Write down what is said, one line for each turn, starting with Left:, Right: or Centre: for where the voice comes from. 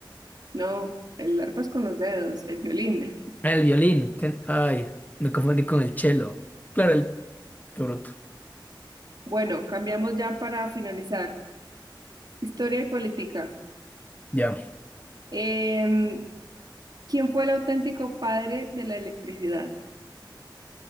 Right: No, el arpa es con los dedos, el violín.
Left: el violín. que- Ay, me confundí con el cello. Claro, el... Qué bruto.
Right: Bueno, cambiamos ya para finalizar. Historia y política.
Left: Ya,
Right: Em, ¿quién fue el auténtico padre de la electricidad?